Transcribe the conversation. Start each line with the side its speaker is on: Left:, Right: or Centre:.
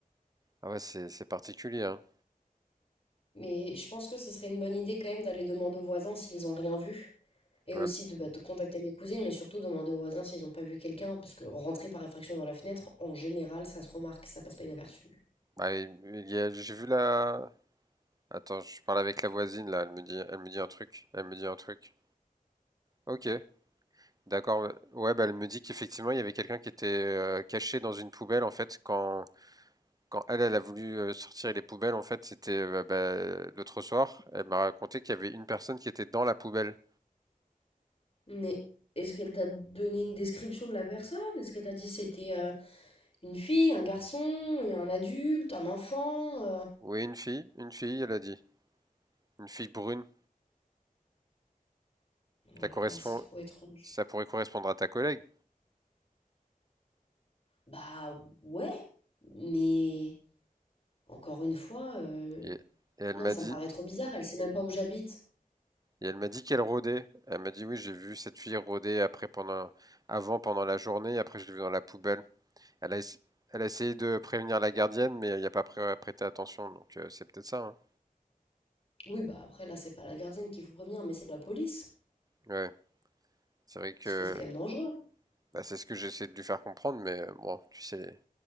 Right: Ah ouais, c'est c'est particulier. Hein.
Left: Mais je pense que ce serait une bonne idée quand même d'aller demander aux voisins s'ils ont rien vu. Et
Right: Ouais,
Left: aussi de, bah, de contacter mes cousines, mais surtout demander aux voisins s'ils n'ont pas vu quelqu'un, hein, parce que rentrer par effraction dans la fenêtre, en général, ça se remarque, ça passe pas inaperçu.
Right: Bah, il- il y a- j'ai vu la... Attends, je parle avec la voisine là, elle me dit, elle me dit un truc, elle me dit un truc. Ok, d'accord. Ouais, bah elle me dit qu'effectivement il y avait quelqu'un qui était euh, caché dans une poubelle en fait quand, quand elle, elle a voulu euh, sortir les poubelles en fait c'était euh, bah, l'autre soir. Elle m'a raconté qu'il y avait une personne qui était dans la poubelle.
Left: Mais est-ce qu'elle t'a donné une description de la personne? Est-ce qu'elle t'a dit c'était... euh, Une fille, un garçon, un adulte, un enfant. euh?
Right: Oui, une fille, une fille, elle a dit, une fille brune.
Left: Bah,
Right: Ça
Left: Alors
Right: correspond,
Left: là, c'est trop étrange.
Right: ça pourrait correspondre à ta collègue.
Left: Bah ouais, mais encore une fois, euh,
Right: Et, et elle
Left: non,
Right: m'a
Left: ça
Right: dit,
Left: me paraît trop bizarre, elle sait même pas où j'habite.
Right: Et elle m'a dit qu'elle rôdait. Elle m'a dit oui, j'ai vu cette fille rôder après pendant avant pendant la journée, après je l'ai vue dans la poubelle. Elle a, ess- elle a essayé de prévenir la gardienne, mais il n'y a pas pré- prêté attention, donc euh, c'est peut-être ça, hein.
Left: Oui, bah après, là, c'est pas la gardienne qui vous prévient, mais c'est la police.
Right: Ouais, c'est vrai que
Left: Parce que c'est quand même dangereux.
Right: bah, c'est ce que j'essaie de lui faire comprendre, mais euh, bon, tu sais,